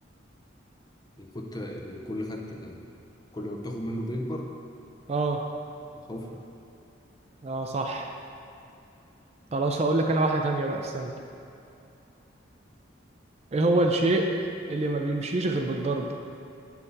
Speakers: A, on the left (about 20°); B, on the right (about 35°).
A: الخط اللي كل خدت آه، كل ما بتاخد منه بيكبر
B: اه
A: الحفرة
B: اه صح خلاص هقول لك انا واحدة تانية بقى استنى ايه هو
A: أو
B: الشيء اللي ما بيمشيش غير بالضرب